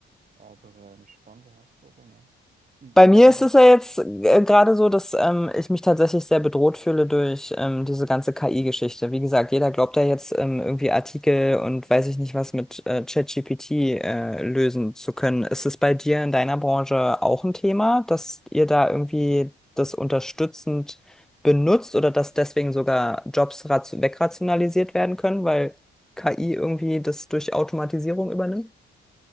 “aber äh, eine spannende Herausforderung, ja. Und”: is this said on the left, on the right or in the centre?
Right